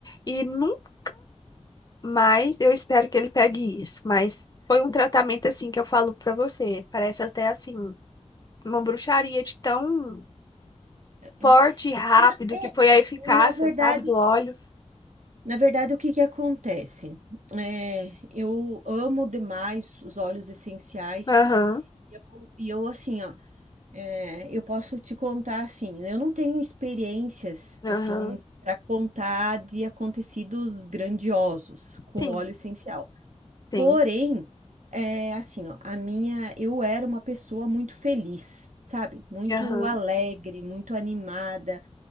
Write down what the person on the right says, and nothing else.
É,
não, na-
é,
na verdade,
na verdade, o que que acontece? É, eu amo demais os óleos essenciais.
E eu, e eu, assim, ó, É, eu posso te contar assim, né, eu não tenho experiências
assim para contar de acontecidos grandiosos com
óleo essencial.
Porém, é assim, ó, a minha, eu era uma pessoa muito feliz, sabe? Muito
alegre, muito animada